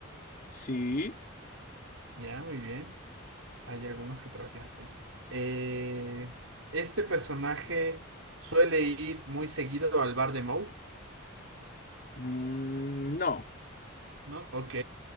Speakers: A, on the left; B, on the right.
A: sí.
B: Ya, muy bien. Hay algunos que trabajan ahí. Eh, este personaje suele ir muy seguido al bar de Moe,
A: Mm, no.
B: ¿no? Ok,